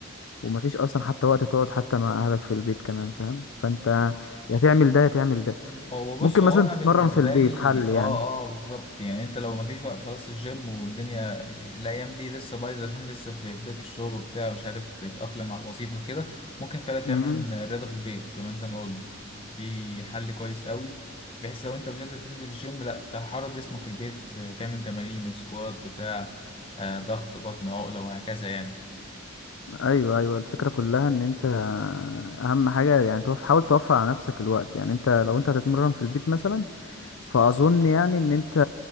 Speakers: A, on the left; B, on the left.
A: ومفيش اصلا حتى وقت تقعد حتى مع اهلك في البيت كمان فاهم فانت يا تعمل ده يا تعمل ده
B: هو بص
A: ممكن
B: هو
A: مثلا
B: انا
A: تتمرن
B: بالنسبه
A: في البيت
B: لي
A: حل
B: اه
A: يعني
B: اه بالظبط يعني انت لو مفيش وقت خلاص للجيم والدنيا الايام دي لسه بايظه عشان لسه في بدايه الشغل وبتاع مش عارف تتاقلم على الوظيفه وكده ممكن فعلا تعمل
A: امم
B: رياضه في البيت زي ما انت ما قلت دي حل كويس قوي بحيث لو انت مش قادر تنزل الجيم لا تحرك جسمك في البيت تعمل تمارين سكوات بتاع آه، ضغط بطن عقله وهكذا يعني
A: ايوه ايوه الفكره كلها ان انت اهم حاجه يعني توف حاول توفر على نفسك الوقت يعني انت لو انت هتتمرن في البيت مثلا فاظن يعني ان انت